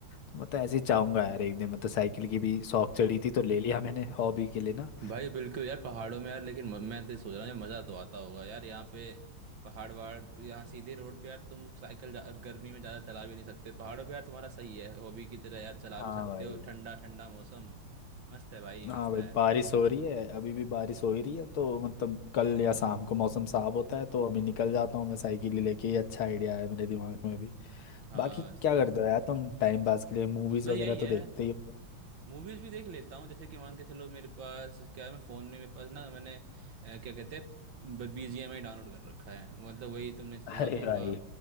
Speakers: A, on the left; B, on the right.
A: तो मतलब ऐसे ही चाहूंगा यार एक दिन मतलब साइकिल की भी शौक चढ़ी थी तो ले लिया मैंने हॉबी के लिए ना
B: भाई बिल्कुल यार पहाड़ों में यार लेकिन म- मैं तो सोच रहा हूँ यार मज़ा तो आता होगा यार यहाँ पे पहाड़ वहाड़ तो यहाँ सीधे रोड पे यार तुम साइकिल जा- गर्मी में ज़्यादा चला भी नहीं सकते पहाड़ों पे यार तुम्हारा सही है हॉबी की तरह यार चला
A: हाँ
B: भी सकते
A: भाई
B: हो ठंडा ठंडा मौसम मस्त है भाई मस्त
A: हाँ भाई
B: है
A: बारिश हो रही है अभी भी बारिश हो ही रही है तो मतलब कल या शाम को मौसम साफ होता है तो अभी निकल जाता हूँ मैं साइकिल ही लेके ये अच्छा आइडिया है मेरे दिमाग में भी
B: हाँ
A: बाकी क्या करते हो यार तुम टाइम पास के लिए मूवीज
B: बस
A: वगैरह
B: यही
A: तो
B: है
A: देखते ही हो
B: मूवीज भी देख लेता हूँ जैसे कि मान के चलो मेरे पास क्या है मैं फोन में मेरे पास ना मैंने अ, क्या कहते हैं बीजीएमआई डाउनलोड कर रखा है मतलब वही तुमने सुना
A: अरे
B: तो होगा
A: भाई